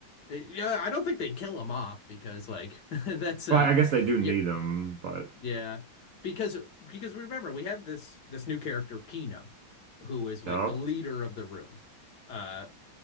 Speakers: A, on the left; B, on the right.
A: yeah, I don't think they kill him off because like <laughs> that's uh
B: Well, I guess they do
A: you're,
B: need him, but
A: yeah because because remember we have this this new character Kino who is like
B: yep.
A: the leader of the room. Uh